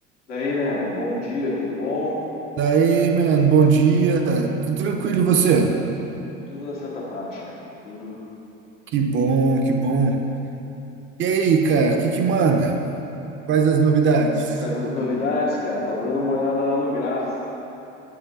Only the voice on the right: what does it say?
Daí, mano, bom dia. Tudo tranquilo, e você?
Que bom, que bom. E aí, cara, o que que manda? Quais as novidades?